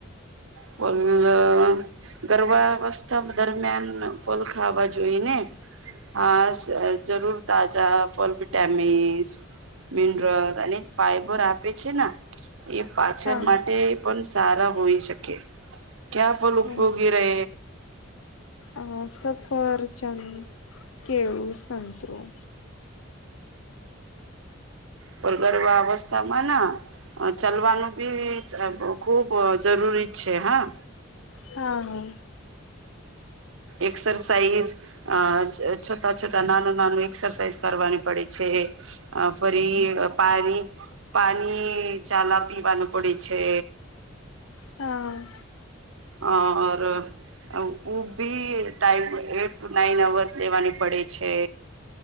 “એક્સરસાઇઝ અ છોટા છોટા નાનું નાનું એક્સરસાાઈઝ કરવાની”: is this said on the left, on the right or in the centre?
Right